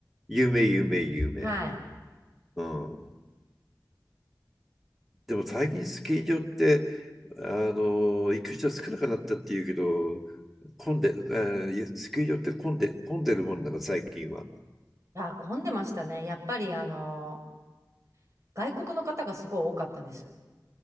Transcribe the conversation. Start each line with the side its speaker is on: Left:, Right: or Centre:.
Centre: 有名、有名、有名。
Right: はい。
Centre: うん。でも最近スキー場って、あの、行く人少なくなったっていうけど、混んで、えースキー場って混んで、混んでるもんだから最近は。
Right: あ、混んでましたね。やっぱりあの、外国の方がすごい多かったです。